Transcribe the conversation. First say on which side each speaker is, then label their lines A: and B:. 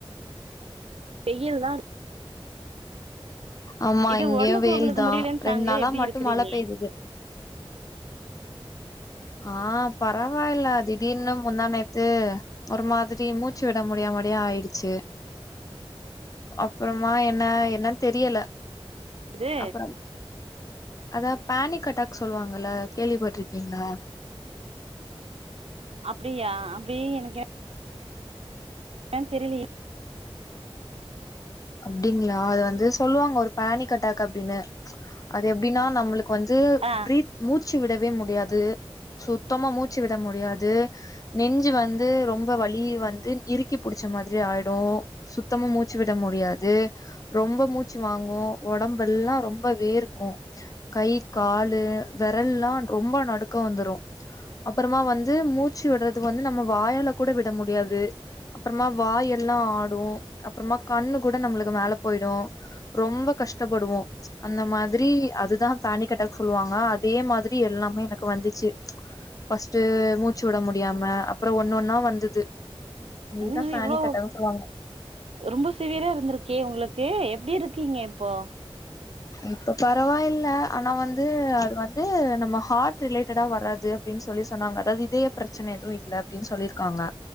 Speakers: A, on the right; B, on the left.
A: வெயில் தான்
B: ஆமா
A: இது
B: இங்கேயும்
A: ஒடம்புக்கு
B: வெயில்
A: உங்களுக்கு
B: தான்
A: முடியலன்னு சொன்னாங்களே
B: ரெண்டு நாளா
A: எப்டி
B: மட்டும்
A: இருக்கிறீங்க
B: மழ பெய்து ஆஹ் பரவாயில்ல திடீர்னு முன்னானேத்து ஒரு மாதிரி மூச்சு விட முடியாமடி ஆயிடுச்சு அப்புறமா என்ன என்னன்னு தெரியல
A: இது
B: அப்புறம் அதா பேனிட்க் ஆட்டாக் சொல்லுவாங்கல்ல கேள்விப்பட்டிருக் பாத்தீங்களா
A: அப்படியா அப்படிய எனக்கு ஏ தெரியலே
B: அப்படிங்களா அது வந்து சொல்லுவாங்க ஒரு பனிக் அட்டாக் அப்படின்னு அது எப்படின்னா நம்மளுக்கு வந்து
A: ஆ
B: பீத் மூ மூச்சு விடவே முடியாது சுத்தமா மூச்சு விட முடியாது நெஞ்சு வந்து ரொம்ப வலி வந்து இறுக்கி புடிச்ச மாதிரி ஆயிடும் சுத்தமா மூச்சு விட முடிய முடியாது ரொம்ப மூச்ச மூச்சு வாங்கோம் உடம்ப எல்லாம் ரொம்பல்லாம் வேர்க்கும் கை காலு விரல்லாம் ரொம்ப நடுக்க வந்துரும் அப்புறமா வந்து மூச்சு விடுறதுக்கு வந்து நம்ம வாயால கூட விட முடியாது அப்புறமா வாய எல்லாம் ஆடும் அப்புறமா கண்ணு கூட நம்மளுக்கு மேல போயிடும் ரொம்ப கஷ்டப்படுவோம் அந்த மாதிரி அதுதான் பேனிக் அட்டாக் சொல்லுவாங்க அதே மாதிரி எல்லாமே எனக்கு வந்துச்சு பஸ்ட்டு மூச்சு விட முடியாம அப்புறம் ஒன்னு ஒன்னா வந்தது இதுதா
A: என்னங்க
B: பேனிக்
A: இவ்ளோ
B: அட்டாக்னு சொல்லுவாங்க
A: ரொம்ப சீவியர இருந்திருக்கே உங்களுக்கு எப்படி இரு குக்கிங்க இப்போ
B: இப்ப பரவாயில்ல ஆனா வந்து அது வந்து நம்ம ஹார்ட் ரிலேட்டடா வராது அப்படின்னு சொல்லி சொன்னாங்க அதாவது இதய பிரச்சனை எதுவும் இல்லை அப்படின்னு சொல்லியிருக்காங்க